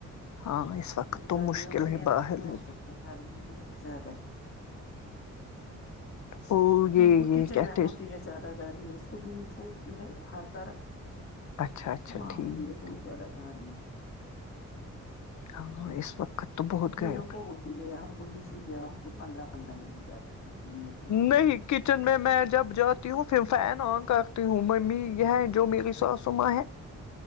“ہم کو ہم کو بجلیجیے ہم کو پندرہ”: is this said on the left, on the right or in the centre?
Left